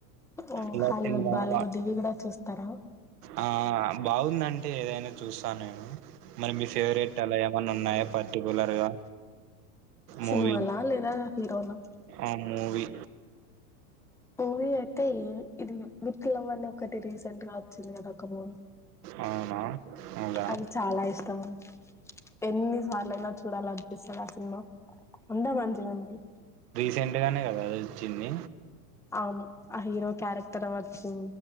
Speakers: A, in the centre; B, on the right.
A: ఓ
B: ఇలా
A: హాలీవుడ్
B: సినిమా
A: బాలీవుడ్
B: బా-
A: ఇవి కూడా చూస్ తరా
B: ఆ బాగుందంటే ఏదైనా చూస్తా నేను మరి మీ ఫేవరెట్ అలా ఏమైన్నా ఉన్నాయా పటిపులరగా మూవి
A: సినిమాలా లేదా హీరోనా
B: ఆ మూవి
A: మూవీ అయితే ఇది విత్ లవ్ అని ఒకటి రీసెంట్ గా వచ్చింది కదా ఒక మూ
B: అవునా అవునా
A: అది చాలా ఇష్టం ఎన్నిసార్లుైనా చూడాలి అనిపిస్తంది ఆ సినిమా ఉండా మంచిగా ఉంది
B: <unintelligible> గానే ఆ రోజు ఇచ్చింది
A: అవును ఆ హీరో క్యారెక్టర్ అవ్వచ్చు